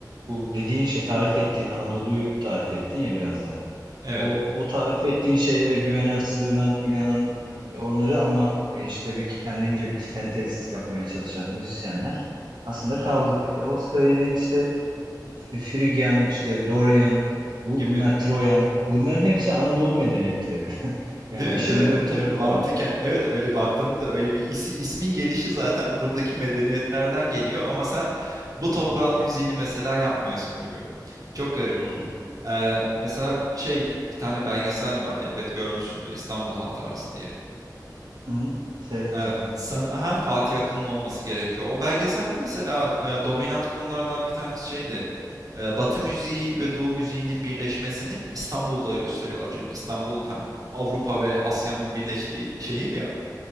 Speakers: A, on the right (about 80°); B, on the right (about 55°).
A: bu dediğin şey tarif ettiğin Anadolu'yu tarif ettin ya biraz da.
B: Evet.
A: O, o tarif ettiğin şeylere güvenen, sığınan, inanan onları ama e, işte bir kendince bir sentez yapmaya çalışan müzisyenler aslında
B: Hı hı.
A: kaldık. Ya o söylediğin işte F- Frigyan, işte Dorian, bu,
B: Gibi.
A: bunlar Troyan, bunların hepsi Anadolu medeniyetleri. <laughs> Yani
B: Değil
A: işin
B: mi? Değil mi?
A: bir de bu tarafı
B: Değil mi? Mantıken
A: var.
B: evet öyle baktığında da öyle bir isi, ismin gelişi zaten buradaki medeniyetlerden geliyor ama sen bu toprağın
A: hı.
B: müziğini mesela yapmıyorsun gibi. Çok garip.
A: hı,
B: Ee, mesela şey bir tane belgesel var elbet görmüşsündür İstanbul Hatırası diye.
A: hı. Seyrettim
B: Ee,
A: evet.
B: sana, aha, Fatih Akın'ın olması gerekiyor. O belgeselde mesela e, dominant konulardan bir tanesi şeydi. Ee, Batı müziği ve Doğu müziğinin birleşmesini İstanbul'da gösteriyorlar. Çünkü İstanbul hem Avrupa ve Asya'nın birleştiği şehir ya.